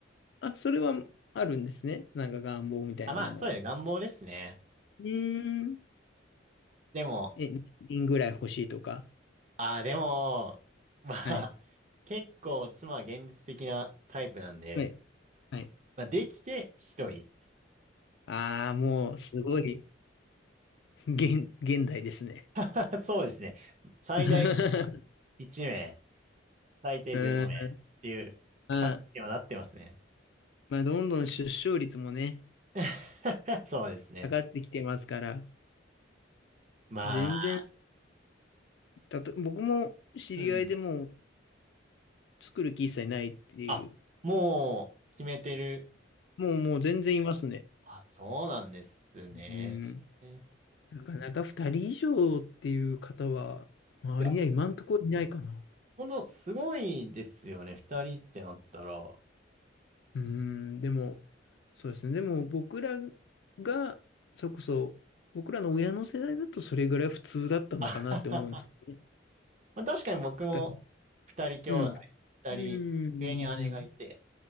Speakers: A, on the left; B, on the right.
A: あ、それはあるんですね。なんか願望みたいなものは。
B: あ、まあ、そうですね。願望ですね。
A: うーん。
B: でも、
A: え、何人ぐらい欲しいとか。
B: ああ、でも、<laughs> まあ、
A: はい。
B: 結構妻は現実的なタイプなんで、
A: はい。はい。
B: まあ、できて1人。
A: ああ、もう、すごい。現、現代ですね。
B: <laughs> そうですね。最大
A: <laughs>
B: 1名、最低0名っていう感じにはなってますね。
A: うん、まあ、まあ、どんどん出生率もね、
B: <laughs> そうですね。
A: 下がってきてますから、
B: まあ、
A: 全然、たと、僕も知り合いでもう
B: うんうん。
A: 作る気一切ないっていう、
B: あ、もう決めてる。
A: もうもう全然いますね。
B: あ、そうなんですね。
A: うん、
B: い
A: なかなか2人以上っていう方は、周りには今んとこいないかな。
B: や、ほんとすごいですよね。2人ってなったら。
A: うん、でも、そうですね。でも僕らが、それこそ、僕らの親の世代だとそれぐらい普通だったのかなって思うんですけどね。
B: <laughs> まあ、確かに僕も二人兄弟、
A: 2人。うん。
B: 二人上に姉がいて、
A: うん、うん、